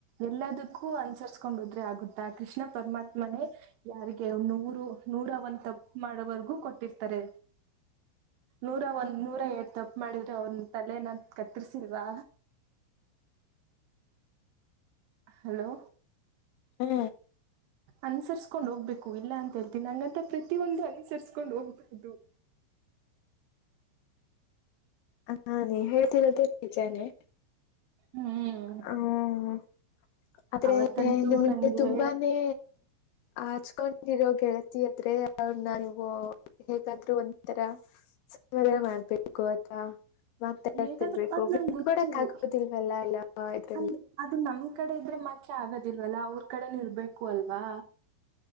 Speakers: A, on the right; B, on the left.
A: ಎಲ್ಲದಕ್ಕು ಕ್ಕು ಅನ್ಸರ್ಸ್ಕೊಂಡದ್ರೆ ಆಗುತ್ತಾ ಕೃಷ್ಣ ಪರಮಾತ್ಮನೇ ಯಾರಿಗೆ ನೂರು ನೂರ ಒಂದ ತಪ್ಪು ಮಾಡೋವರೆಗೂ ಕೊಟ್ಟಿರ್ತಾರೆ ನೂರ ಒಂದ ನೂರ ಎ ತಪ್ಪು ಮಾಡಿರ್ ಅವ್ರನ್ ತಲೆನ ಕತ್ತರ್ಸಿಲ್ವಾ ಹಲೋ
B: ಹ್ಮ
A: ಅನ್ಸರ್ಸ್ಕೊಂಡ್ ಹೋಗ್ಬೇಕು ಇಲ್ಲ ಅಂತ ಹೇಳ್ತೀನಿ ಹಂಗಂತ ಪ್ರತಿಯೊಂದು ಅನುಸರಿಸ್ಕೊಂಡು ಹೋಗ್ ಡು <inaudible>
B: ಹ ನೀ ಹೇಳ್ತಿರದ ನಿಜಾನೆ
A: ಹ್ಮ್
B: ಹ್ಮ ಆದ್ರೆ
A: ಅವತ್ತಂತೂ
B: ನಿಮಗೆ
A: ನಂಗೆ
B: ತುಂಬಾನೇ ಹಚ್ಕೊಂಡಿರೋ ಗೆಳತಿ <unintelligible> ಅವ್ರನ್ನ ನೀವು ಹೇಗಾದ್ರು ಒಂಥರ ಸ ಮರಯ ಮಾಡ್ಬೇಕೇು ತುಗತ್ತ <unintelligible> ಮಾತಾಡತಿರ್ಬೇಕುಡ್ಕಡಕ್
A: ಹೇಗಾದ್ರೂ ಅದ್ ನಂಗ್ ಗೊತ್ತು
B: ಆಗೋದಿಲ್ವಲ್ಲ ಎಲ್ಲ ಆಯತ
A: ಅಂದ್ರೆ ಅದು ನಮ್ ಕಡೆ ಇದ್ರೆ ಮಾತ್ರ ಆಗೋದಿಲ್ವಲ್ಲ ಅವ್ರ ಕಡೆನ ಇರ್ಬೇಕು ಅಲ್ವಾ